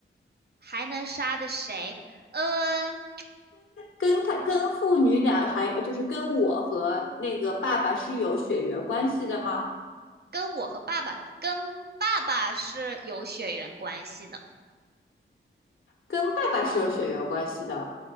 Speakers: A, on the right; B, on the left.
A: 还能杀的谁？嗯，
B: 跟他跟父女俩还就是跟我和那个爸爸是有血缘关系的吗？
A: 跟我和爸爸，跟爸爸是有血缘关系的。
B: 跟爸爸是有血缘关系的，